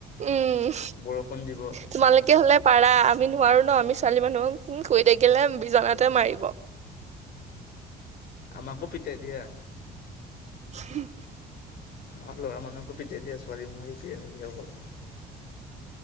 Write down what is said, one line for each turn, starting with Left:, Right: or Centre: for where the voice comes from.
Right: উম,
Left: বৰষুণ দিব
Right: তোমালোকে হ'লে পাৰা আমি নোৱাৰো ন আমি ছোৱালী মানুহ শুই থাকিলে বিজনাতে মাৰিব।
Left: আমাকো পিটাই দিয়া।
Right: উম,
Left: আমাৰ ল'ৰা মানুহকো পিটে দিয়া ছোৱালী মানুহকে দিয়ে নেকি অকল।